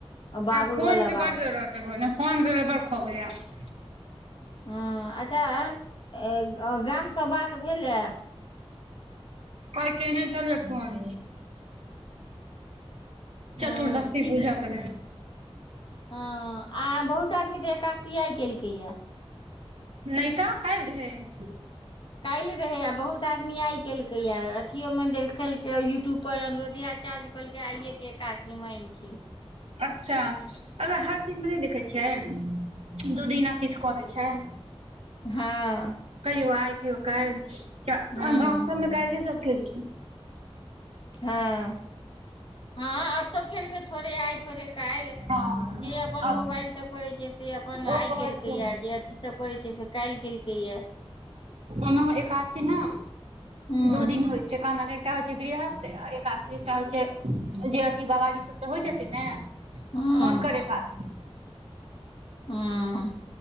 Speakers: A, on the left; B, on the right.
A: बाबूवला
B: फोन के बड़
A: बात
B: जरूरत हय को फोन के <inaudible>
A: ह अच्छा गाम से बात भेलए
B: कइ केने छले फोन
A: उ
B: चतुर्दशी पूजा क लेल
A: ह आ बहुत आदमी तऽ एकाशि आय केलकै यए
B: नहि तऽ काल्हि रहै <inaudible>
A: काल्हि रहे आ बहुत आदमी आय केलकै ये अथियो में देखलक यूट्यूब पर अनुरोध्याचारज कहलकै आइये के एकादशी माइन छै
B: अच्छा अगर हर चीज मे नहि देखै छियै दू दिना किछ कऽ दै छै
A: हँ
B: कहियो आइ कहियो काल्हि
A: हूँ
B: गाँंव सबमे काल्हिे सब केलखिन
A: हँ हँ एतहु केलकै थोड़े आइ थोड़े काल्हि
B: हँ
A: जे अपन मोबाइल सब करै छै से अपन
B: ओ
A: आय
B: कहै
A: केलकै
B: छै
A: य जे अथी सब करै छै से काल्हि केलकै यए
B: ओना एकादशी न
A: हूँ
B: दू दिन होय छै कान एकटा होइ छै गृहस्थ आ एकादशी एकटा होइ छै जे अथी बाबाजी सब त होइ छथिन ने
A: हूँ
B: हुनकर एकादशी
A: हूँ